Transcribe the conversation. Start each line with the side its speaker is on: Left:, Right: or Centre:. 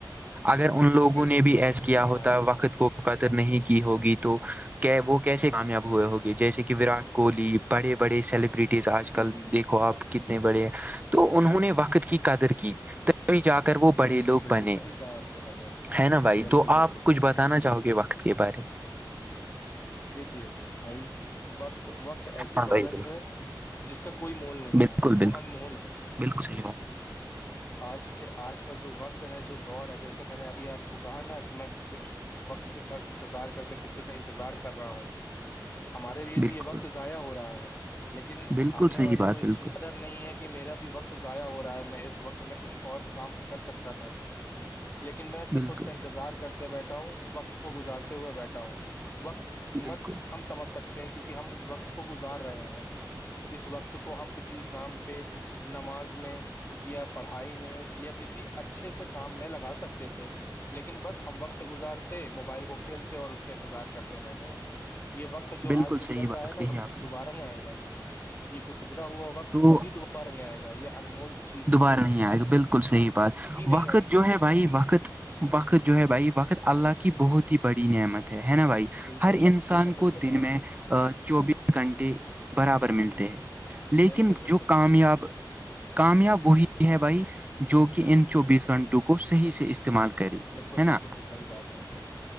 Right: اگر ان لوگوں
Left: بالکل
Right: نے بھی
Left: بالکل
Right: ایس
Left: صحیح
Right: کیا
Left: فرمایا
Right: ہوتا ہے
Left: آپ
Right: وقت
Left: نے
Right: کو قدر نہیں کی ہوگی تو وہ کیسے کامیاب ہوئے ہوگے جیسے کہ وراٹ کوہلی بڑے بڑے سیل بٹیز آج کل
Left: جی جی
Right: دیکھو آپ کتنے بڑے ہیں تو انہوں نے وقت کی قدر کی تھی جا کر وہ بڑے
Left: بالکل
Right: لوگ
Left: بالکل
Right: بنے
Left: صحیح کہا آپ نے بھائی جان
Right: ہے نا بھائی
Left: بالکل
Right: تو آپ
Left: بالکل
Right: کچھ
Left: بالکل
Right: بتانا چاہو گے کے وقت کے بارے میں
Left: دیکھیے بھائی وقت وقت ایسی
Right: ہاں بھائی
Left: دولت
Right: بالکل
Left: ہے جس کا کوئی مول نہیں
Right: بالکل
Left: ہے وہ
Right: بالکل
Left: انمول ہے
Right: بالکل صحی بات
Left: آج کے آج کا جو وقت ہے جو دور ہے جیسے میں نے ابھی آپ کو کہا نا کہ میں وقت کا انتظار کرتے کسی کا انتظار کر رہا ہوں ہمارے لیے
Right: بالکل
Left: تو یہ وقت ضائع ہو رہا ہے لیکن
Right: بالکل
Left: سامنے
Right: صحیح
Left: والے
Right: بات
Left: کو اس
Right: بالکل
Left: چیز کادر نہیں ہے کہ میرا بھی وقت ضائع ہو رہا ہے میں اس وقت میں کچھ اور کام کر سکتا تھا لیکن میں صرف
Right: بالکل
Left: اس کا انتظار کرتے بیٹھا ہوں وقت کو گزارتے ہوئے بیٹھا ہوں وقت کے کی قیمت
Right: بالکل
Left: ہم سمجھ سکتے ہیں کیونکہ ہم اس وقت کو گزار رہے ہیں اس وقت کو ہم کسی کام پہ نماز میں یا پڑھائی میں یا کسی اچھے سے کام میں لگا سکتے تھے لیکن بس ہم وقت گزارتے موبائل کو کھیلتے اور اس کا انتظار کرتے بیٹھے یہ وقت جو
Right: بالکل
Left: آج جو
Right: صحیح
Left: چل رہا
Right: بات
Left: ہے نا
Right: کہی
Left: یہ
Right: آپ نے
Left: دوبارہ ہی آئے گا یہ گزرا ہوا وقت
Right: تو
Left: کبھی دوبارہ پر نہیں آئے گا یہ انمول چیز
Right: دوبارہ نہیں آئے گا بالکل صحیح بات وقت
Left: نہیں آئے
Right: جو
Left: گی
Right: ہے بھائی وقت وقت جو ہے بھائی وقت اللہ کی بہت ہی بڑی نعمت ہے ہے نا بھائی
Left: بالکل
Right: ہر
Left: شک
Right: انسان
Left: بے شک بالکل
Right: کو دن
Left: کہا
Right: میں چوبیس گھنٹے برابر ملتے ہیں لیکن
Left: بالکل بالکل
Right: جو
Left: بالکل
Right: کامیاب کامیاب وہی ہے بھائی جو کہ ان چوبیس گھنٹوں کو صحیح سے استعمال کرے
Left: بالکل
Right: ہے نا
Left: بالکل صحیح بات ہے